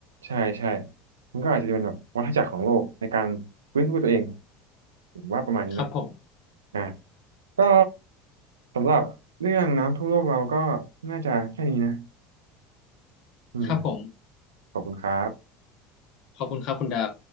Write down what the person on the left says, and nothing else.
ครับผม
ครับผม
ขอบคุณครับคุณดาบ